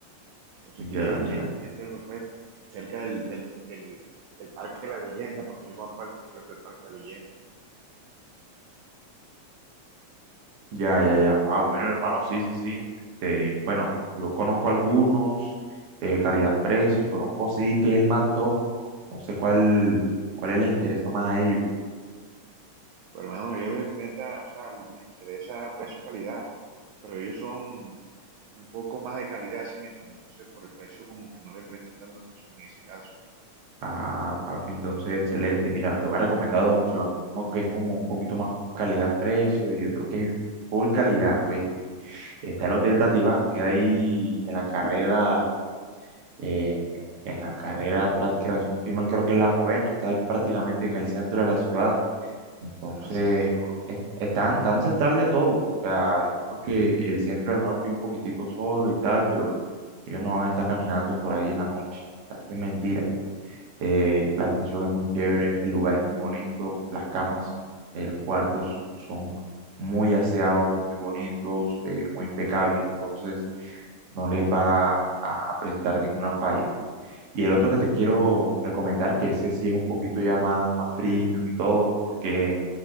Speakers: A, on the right; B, on the right.
A: Entonces,
B: Ya,
A: ¿qué, qué,
B: ya.
A: qué hotel me puede cerca del, del, del, del Parque de la Leyenda? Porque ellos van para el concierto del Parque de la Leyenda.
B: Ya, ya, ya. Ah, bueno, hermano, sí, sí, sí. Este, bueno, yo conozco algunos, eh, calidad-precio, y conozco así que es el más top. No sé cuál, cuál les interesa más a ellos.
A: Pero, hermano, a ellos les meta, o sea, les interesa precio-calidad. pero ellos son un poco más de calidad, ¿sí me entiendes? Entonces, por el precio, como que no le prestan tanto atención en ese caso.
B: Ah, papi, entonces, excelente. Mira, te voy a recomendar dos opciones. Uno que es como un poquito más calidad-precio y otro que es full calidad, ¿oíste? Está el Hotel Tatibán, que ahí en la carrera, eh, en la carrera, práctica- si no estoy mal, creo que es la novena, está ahí prácticamente en el centro de la ciudad Entonces,
A: Ah, sí, ese sí lo conozco.
B: es- están tan central de todo. O sea, lo único es que el centro de la noche es un poquitico solo y tal, pero ellos no van a estar caminando por ahí en la noche. O sea, eso es mentira. Eh, la atención es muy chévere, el lugar es muy bonito, las camas, eh, los cuartos son muy aseados, muy bonitos, eh, muy impecables. Entonces, no les va a, a presentar ninguna falla. Y el otro que te quiero recomendar, que ese sí es un poquito ya más, más premium y todo, porque